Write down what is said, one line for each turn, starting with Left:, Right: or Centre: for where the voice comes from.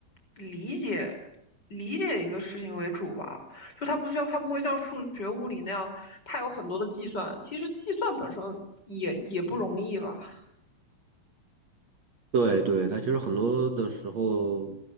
Left: 理解理解一个事情为主吧。就它不像它不会像数学、物理那样，它有很多的计算。其实计算本身也也不容易吧？
Right: 对对，它其实很多的时候，